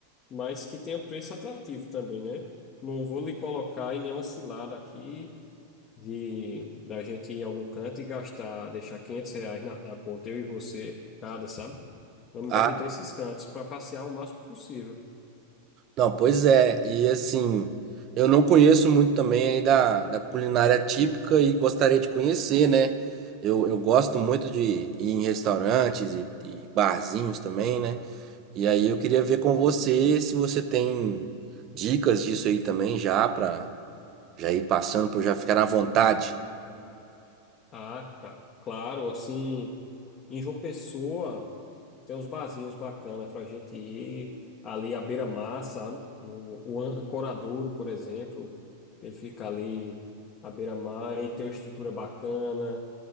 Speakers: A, on the left (about 30°); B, on the right (about 35°).
A: mas que tenha preço atrativo também, né? Não vou lhe colocar em nenhuma cilada aqui de da gente ir em algum canto e gastar, deixar 500 reais na, na conta, eu e você, cada, sabe? Vamos
B: Ah,
A: evitar esses cantos para passear o máximo possível.
B: não, pois é. E assim, eu não conheço muito também aí da, da culinária típica e gostaria de conhecer, né? Eu, eu gosto muito de ir em restaurantes e, e barzinhos também, né? E aí eu queria ver com você se você tem dicas disso aí também já pra já ir passando pra eu já ficar à vontade.
A: Ah, cara, claro, assim, em João Pessoa tem uns barzinhos bacanas para a gente ir ali à beira-mar, sabe? O, o Ancoradouro, por exemplo, ele fica ali à beira-mar e tem uma estrutura bacana.